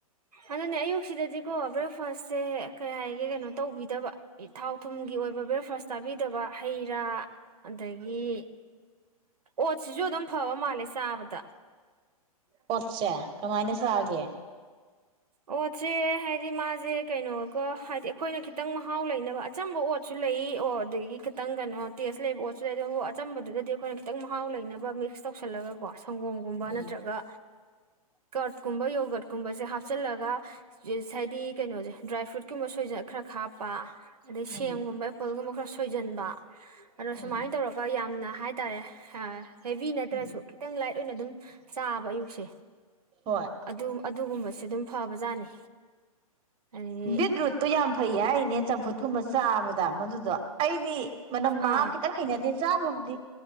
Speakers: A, on the right; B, on the right.
A: ꯑꯗꯨꯅꯦ ꯑꯌꯨꯛꯁꯤꯗꯗꯤꯀꯣ ꯕ꯭ꯔꯦꯛꯐꯥꯁꯁꯦ ꯀꯩ ꯍꯥꯏꯒꯦ ꯀꯩꯅꯣ ꯇꯧꯕꯤꯗꯕ ꯊꯥꯎ ꯊꯨꯝꯒꯤ ꯑꯣꯏꯕ ꯕ꯭ꯔꯦꯛꯐꯥꯁ ꯇꯥꯕꯤꯗꯕ ꯍꯩ ꯔꯥ ꯑꯗꯒꯤ ꯑꯣꯠꯁꯤꯁꯨ ꯑꯗꯨꯝ ꯐꯥꯎ ꯃꯥꯂꯁꯕꯗ
B: ꯄꯆꯦ ꯀꯃꯥꯏꯅꯦꯁꯒꯦ
A: ꯑꯣꯠꯁꯦ ꯍꯥꯏꯗꯤ ꯃꯥꯁꯦ ꯀꯩꯅꯣꯒ ꯍꯥꯏꯗꯤ ꯑꯩꯈꯣꯏꯅ ꯈꯤꯇꯪ ꯃꯍꯥꯎ ꯂꯩꯅꯕ ꯑꯆꯝꯕ ꯑꯣꯠꯁꯨ ꯂꯩ ꯑꯣ ꯑꯗꯨꯗꯒꯤ ꯈꯤꯇꯪ ꯀꯩꯅꯣ ꯇꯦꯁ ꯂꯩꯕ ꯑꯣꯠꯁꯨ ꯂꯩ ꯑꯆꯝꯕꯗꯨꯗꯗꯤ ꯑꯩꯈꯣꯏꯅ ꯈꯤꯇꯪ ꯃꯍꯥꯎ ꯂꯩꯅꯕ ꯃꯤꯛꯁ ꯇꯧꯁꯜꯂꯒꯀꯣ ꯁꯪꯒꯣꯝꯒꯨꯝꯕ
B: ꯎꯝ
A: ꯅꯠꯇ꯭ꯔꯒ ꯀꯔꯠꯀꯨꯝꯕ ꯌꯣꯒꯠꯀꯨꯝꯕꯁꯦ ꯍꯥꯞꯆꯤꯜꯂꯒ ꯍꯥꯏꯗꯤ ꯀꯩꯅꯣꯁꯦ ꯗ꯭ꯔꯥꯏ ꯐ꯭ꯔꯨꯏꯠ ꯀꯨꯝꯕ ꯁꯣꯏꯗ ꯈꯔ ꯍꯥꯞꯄ ꯑꯗ ꯁꯦꯦꯝꯒꯨꯝꯕ
B: ꯎꯝ
A: ꯏꯄꯣꯒꯨꯝꯕ ꯈꯔꯁ ꯁꯣꯏꯖꯟꯕ ꯑꯗꯣ
B: ꯎꯝ
A: ꯁꯨꯃꯥꯏꯅ ꯇꯧꯔꯒ ꯌꯥꯝ ꯌꯥꯝꯅ ꯍꯥꯏꯇꯥꯔꯦ ꯍꯦꯕꯤ ꯅꯠꯇ꯭ꯔꯁꯨ
B: ꯎꯝ
A: ꯈꯤꯇꯪ ꯂꯥꯏꯠ ꯂꯣꯏꯅ ꯑꯗꯨꯝ ꯆꯥꯕ ꯑꯌꯨꯛꯁꯦ
B: ꯍꯣꯏ
A: ꯑꯗꯨ ꯑꯗꯨꯒꯨꯝꯕꯁꯦ ꯁꯤ ꯑꯗꯨꯝ ꯐꯕꯖꯥꯠꯅꯤ ꯑꯗꯒꯤ
B: ꯕꯤꯗꯔꯨꯨ ꯌꯥꯝ ꯐꯩ ꯍꯥꯏ ꯏꯅꯦ ꯆꯐꯨ ꯀꯨꯝꯕ ꯆꯥꯕꯗ ꯃꯗꯨꯗꯣ ꯑꯩꯗꯤ ꯃꯅꯝ ꯃꯍꯥ
A: ꯑꯥ
B: ꯈꯤꯇꯪ ꯍꯩꯅꯗꯦ ꯆꯥꯕꯕꯨꯗꯤ